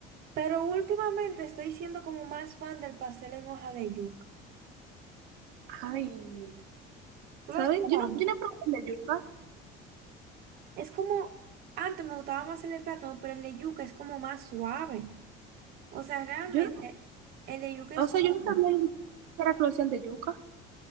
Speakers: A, on the right; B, on the right.
A: pero últimamente estoy siendo como más fan del pastel en hoja de yuca.
B: Ay,
A: ¿Tú
B: ¿sabes?
A: lo has probado?
B: Yo no, yo no he probado el de yuca.
A: Es como, antes me gustaba más el de plátano, pero el de yuca es como más suave. O sea, realmente
B: Yo no-
A: el de yuca
B: o
A: es
B: sea,
A: suave.
B: yo no sabía ni siquiera que lo hacían de yuca.